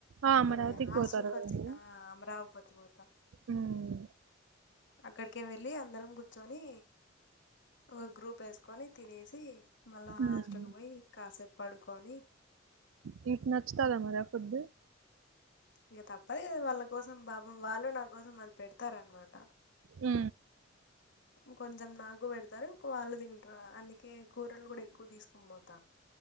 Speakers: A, on the right (about 85°); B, on the left (about 65°).
A: ఆ అమరావతికి
B: ఈ హాస్టల్కి
A: పోతారు కదా
B: వచ్చి
A: మీరు
B: ఆ అమరావపతి పోతా
A: ఉమ్
B: అక్కడికే వెళ్ళి, అందరం కూర్చొని, ఒక గ్రూప్ వేసుకొని తినేసి మళ్ళా
A: ఉమ్.
B: హాస్టల్ పోయి కాసేపు పడుకొని
A: మీకు నచ్చుతాదారా ఫుడ్డు
B: ఇంక తప్పదు గదా వాళ్ళ కోసం బా వాళ్ళు నా కోసం అది పెడతారు అనమాట
A: ఉ
B: ఇంక కొంచం నాకు పెడతారు వాళ్ళు తింటారు అందుకే కూరలు కూడా ఎక్కువ తీసుకుని పోతారు